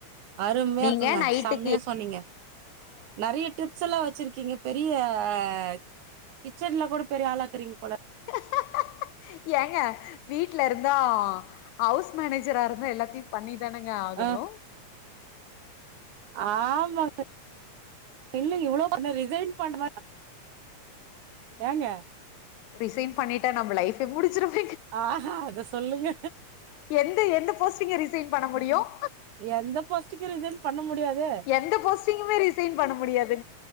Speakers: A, on the right; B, on the left.
A: அருமையா
B: நீங்க
A: இருக்குங்க
B: நைட்டு
A: செம்மையா சொன்னீங்க நிறைய ட்ரிப்ஸ் எல்லாம் வச்சிருக்கீங்க பெரிய அஹ் கிச்சன்ல கூட பெரிய ஆளா இருக்குறீங்க
B: ஹ ஹ ஹ ஏங்க வீட்ல இருந்தா ஹவுஸ் மேனேஜரா இருந்தா எல்லாத்தையும் பண்ணி தானேங்க ஆகணும்
A: அ ஆமாங்க இல்ல இவ்ளோ ரிசைன் பன்ற ஏங்க
B: ரிசைன் பண்ணிட்டா நம்ம லைஃபே முடிஞ்சிரும்
A: ஆஹா! அத சொல்லுங்க.
B: எந்த எந்த போஸ்ட்டிங்க ரிசைன் பண்ண முடியும்
A: எந்த போஸ்டிக்க ரிசைன் பண்ண முடியாதே!
B: எந்த போஸ்ட்டிங்குமே ரிசைன் பண்ண முடியாது